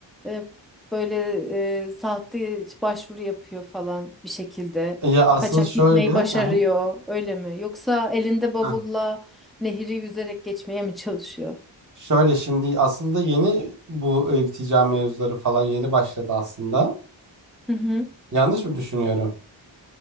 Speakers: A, in the centre; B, on the right (about 40°).
A: e, böyle e, sahte başvuru yapıyor falan bir şekilde.
B: Ya asıl
A: Kaçak
B: şöyle,
A: gitmeyi
B: hı
A: başarıyor
B: hı,
A: öyle mi? Yoksa elinde bavulla
B: hı.
A: nehri yüzerek geçmeye mi çalışıyor?
B: Şöyle şimdi aslında yeni bu iltica mevzuları falan yeni başladı aslında.
A: Hı hı.
B: Yanlış mı düşünüyorum?